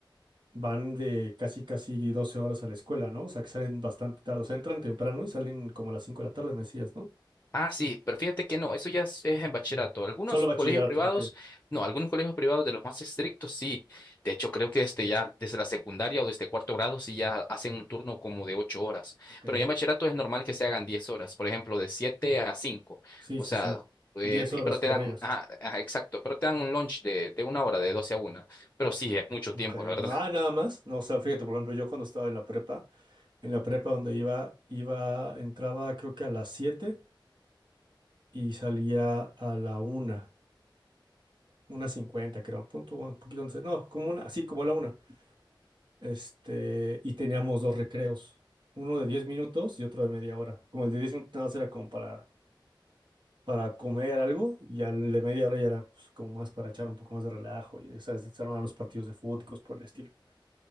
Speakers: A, on the right (about 65°); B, on the left (about 25°).
A: van de casi casi 12 horas a la escuela, ¿no? O sea, que salen bastante tarde, o sea, entran temprano y salen como a las 5 de la tarde, me decías, ¿no?
B: Ah, sí, pero fíjate que no, eso ya es, es en bachillerato. Algunos
A: Solo bachillerato,
B: colegios privados,
A: ok,
B: no, algunos colegios privados de los más estrictos, sí. De hecho, creo que este ya desde la secundaria o desde cuarto grado sí ya hacen un turno como de ocho horas.
A: ok,
B: Pero ya en bachillerato es normal que se hagan diez horas, por ejemplo, de siete a cinco.
A: sí,
B: O
A: sí,
B: sea,
A: sí,
B: eh,
A: 10
B: te-
A: horas
B: pero te
A: corridas.
B: dan, ajá, ajá, exacto, pero te dan un lunch de, de una hora, de doce a una. Pero sí, es mucho
A: Ok,
B: tiempo, la verdad.
A: no, ah, nada más, no, o sea, fíjate, por ejemplo, yo cuando estaba en la prepa, en la prepa donde iba, iba, entraba creo que a las 7 y salía a la una una cincuenta creo, punto, un poquito antes, no, como una, así como la una. Este, y teníamos dos recreos, uno de 10 minutos y otro de media hora. Como el de 10 minutos nada más era como para, para comer algo y al de media hora ya era pues, como más para echar un poco más de relajo y ¿sabes? se armaban los partidos de fútbol y cosas por el estilo.